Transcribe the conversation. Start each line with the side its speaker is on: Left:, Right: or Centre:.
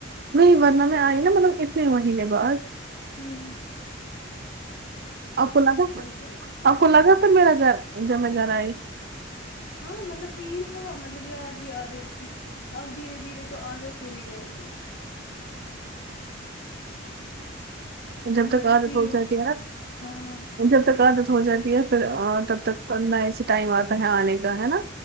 Right: نہیں ورنہ میں آئی نا مطلب اتنے مہینے بعد
Left: ہوں
Right: آپ کو لگا
Left: کہ
Right: آپ کو لگا پھر میرا گھر جب میں گھر آئی
Left: ہاں مطلب فیل ہوا مطلب یاد بھی آ رہی تھی اب دھیرے دھیرے تو عادت ہو ہی جائے گی
Right: جب
Left: ورنہ
Right: تک عادت
Left: فیل
Right: ہو گیا ارا
Left: ہاں
Right: جب تک عادت ہو جاتی ہے پھر تب تک میں ایسے ٹائم آتا ہے آنے کا ہے ناں